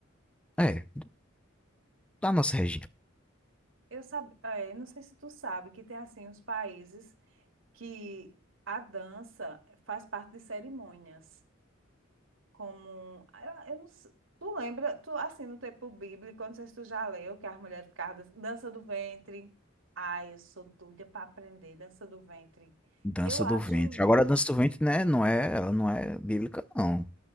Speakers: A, in the centre; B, on the right.
A: é, da nossa região,
B: Eu sabe, é, não sei se tu sabe que tem assim os países que a dança faz parte de cerimônias. como. ah, Eu, não sei. Tu lembra, tu, assim, no tempo bíblico, eu não sei se tu já leu, que as mulheres ficavam dan- dança do ventre. Ai, eu sou doida para aprender dança do ventre.
A: dança
B: Eu acho
A: do ventre.
B: lindo.
A: Agora, a dança do ventre, né, não é, ela não é bíblica, não,